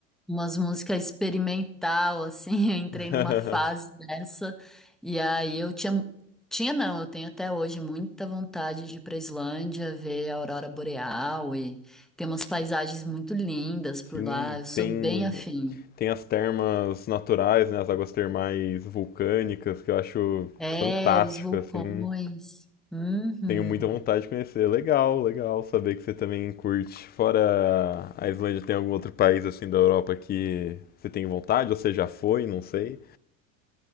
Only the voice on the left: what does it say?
<laughs>
Sim,
tem
tem as termas naturais, né, as águas termais vulcânicas que eu acho
fantástico
assim.
Tenho muita vontade de conhecer. Legal, legal saber que você também curte. Fora a Islândia, tem algum outro país assim da Europa que você tem vontade, ou você já foi, não sei.